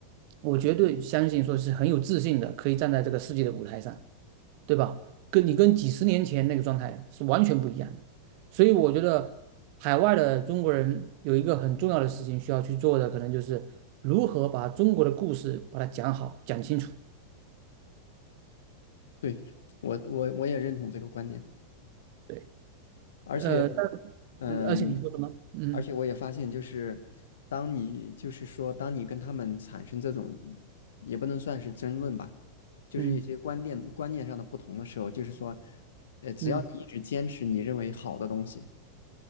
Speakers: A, on the right; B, on the left.
A: 我绝对相信说是很有自信的，可以站在这个世界的舞台上，对吧？跟你跟几十年前那个状态是完全不一样的。所以我觉得海外的中国人有一个很重要的事情需要去做的，可能就是如何把中国的故事把它讲好、讲清楚。
B: 对我我我也认同这个观点，
A: 对，
B: 而且
A: 呃，
B: 嗯，
A: 而且你说什么？嗯
B: 而且我也发现，就是当你就是说，当你跟他们产生这种，也不能算是争论吧，就是一些观念观念上的不同的时候，
A: 嗯
B: 就是说，呃，只要你一直坚持你认为好的东西，
A: 嗯，